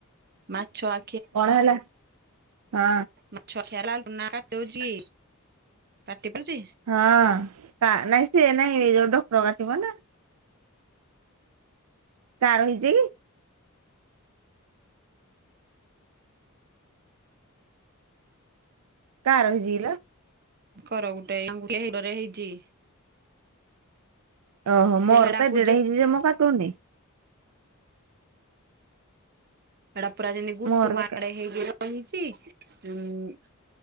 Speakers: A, on the right; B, on the right.
A: ମାଛ ଆ
B: କଣ ହେଲା? ହଁ।
A: ମାଛ ଆଖି <unintelligible> କାଟିଦଉଚି କାଟି ଦଉଚି।
B: ହଁ ତା ନାଇଁ ସିଏ ନାଇଁ ଏଇ ଯୋଉ ଡକ୍ଟର କାଟିବ ନା। ତାର ହେଇଚି କି? କାର ହେଇଚି କି ଲୋ?
A: ତାଙ୍କର ଗୋଟାଏ ଆଙ୍ଗୁଠି ଗୁଡରେ ହେଇଚି।
B: ଓହୋ ମୋର
A: ଯେ ହେଡାକୁ
B: ତ ଏଡେଟେ ହେଇଚି ଯେ ମୁଁ କାଟୁନି।
A: ସେଟା ପୁରା ଯେମିତି ଗୁଟୁ
B: ମୋର
A: ମାଡେ
B: କା
A: ହେଇକି ରହିଚି ଉଁ